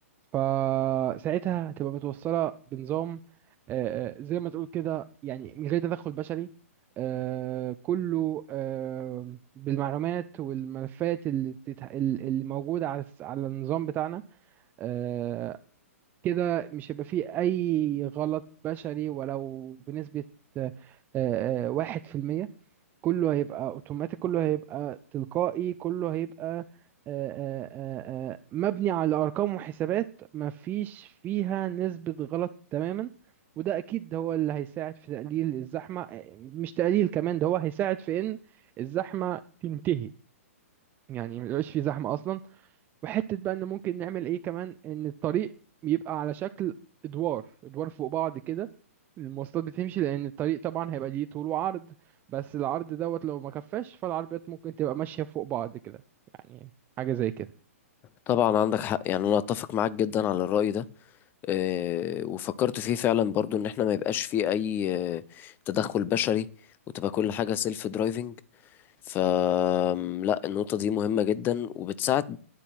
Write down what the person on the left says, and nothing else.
طبعا عندك حق يعني انا اتفق معاك جدا على الرأي ده آه، وفكرت فيه فعلا برضو ان احنا ما يبقاش فيه اي آه، تدخل بشري وتبقى كل حاجة سيلف درايفنج فلا النقطة دي مهمة جدا وبتساعد